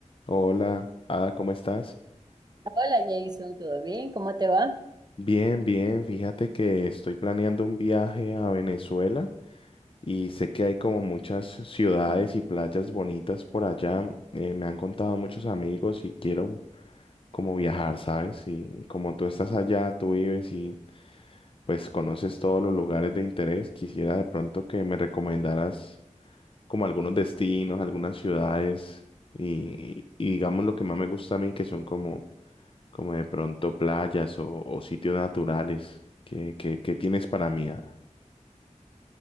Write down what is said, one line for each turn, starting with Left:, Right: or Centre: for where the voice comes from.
Left: Hola, Ada, ¿cómo estás?
Right: Hola Jason, ¿todo bien? ¿Cómo te va?
Left: Bien, bien. Fíjate que estoy planeando un viaje a Venezuela y sé que hay como muchas ciudades y playas bonitas por allá. Eh, me han contado muchos amigos y quiero como viajar, ¿sabes? Y como tú estás allá, tú vives y pues conoces todos los lugares de interés, quisiera de pronto que me recomendaras. como algunos destinos, algunas ciudades y, y digamos lo que más me gusta a mí que son como, como de pronto playas o, o sitios naturales que, que, que tienes para mí. ah?